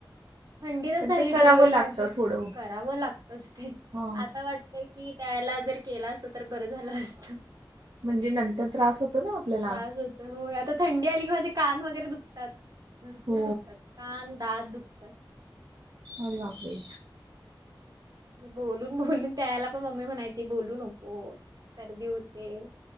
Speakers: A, on the right; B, on the right.
A: थंडीतच
B: पण
A: झाली
B: ते करावं
A: डिलिव्हरी
B: लागतं
A: माझी.
B: थोडं
A: करावं लाग <unintelligible>
B: हा
A: आता वाटतय की त्याला जर केलं असतं तर बरं झालं असतं
B: म्हणजे नंतर त्रास होतो ना आपल्याला.
A: त्रास होतो हो, आता थंडी आली की माझे कान वगैरे दुखतात, भरपूर
B: हो
A: दुखतात कान, दात दुखत <inaudible>
B: अरे बापरे.
A: बोलून बोलून त्यावेळेला पण मम्मी म्हणायची बोलू नको सर्दी होते.